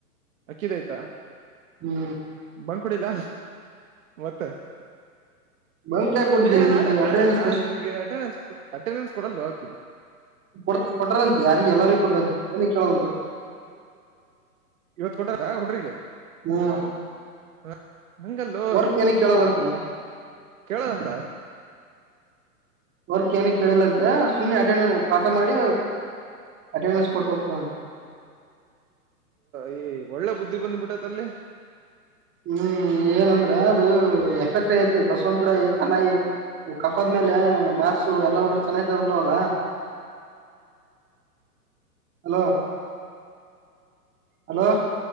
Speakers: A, on the right (about 55°); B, on the right (about 25°).
A: ಅಕ್ಕಿದ ಆಯ್ತಾ
B: ಹ್ಮ್
A: ಬಂದ್ಕಡಿಲ್ಲ ಮತ್ತೆ
B: ಬಂಕ್ ಯಾಕ್ ಕೊಡ್ತೀನಿ
A: ಏ
B: ನಿಂದು
A: ನಾಳೆ
B: ಅಟೆಂಡೆನ್ಸ್
A: ನಾಳೆ ನಾಳೆ ನಿಮ್ಗೆ ಅಟೆಂಡನ್ಸ್ ಅಟೆಂಡೆನ್ಸ್ ಕೊಡಲ್ಲ ಹಾಕಿ
B: ಕೊ ಕೊಟ್ರಂತೆ ಯಾರಿ ಎಲ್ಲಾರೂ ಕೊಟ್ರಂತೆ ಏನ ಕೇಳಾರಂತೆ
A: ಇವತ್ ಕೊಟ್ಟದ ಹುಡ್ರಿಗೆ
B: ಹ್ಮ್
A: ಹ ಹಂಗಲ್ಲು
B: ವರ್ಕ್ ಏನ ಕೇಳಲ್ಲಂತ
A: ಕೇಳದಂತ
B: ವರ್ಕ್ ಏನ ಕೇಳಿಲ್ಲ ಅಂತೆ ಸುಮ್ನೆ ಅಟೆಂಡನ್ ಪಾಠ ಮಾಡಿ್ ಅಟೆಂಡೆನ್ಸ್ ಕೊಟ್ಟ ಹೋಗ್ತಂತೆ
A: ಈ ಒಳ್ಳೆ ಬುದ್ಧಿ ಬಂದ್ಬಿಟ್ಟೈತ್ ಅಲ್ಲಿ
B: ಹ್ಮ್ ಏನಂದ್ರ ಅದು ಎಫೆಕ್ಟ್ ಐತಿ ಬಸವಂತರ ಚೆನ್ನಾಗಿ ಕಫಾದ್ಮೇಲೆ ಮಾರ್ಸು ಎಲ್ಲಾ ಹಡ್ರ ಚೆನ್ನಾಗತದ ಬಿಿಡವಲ್ಲ ಹಲೋ ಹಲೋ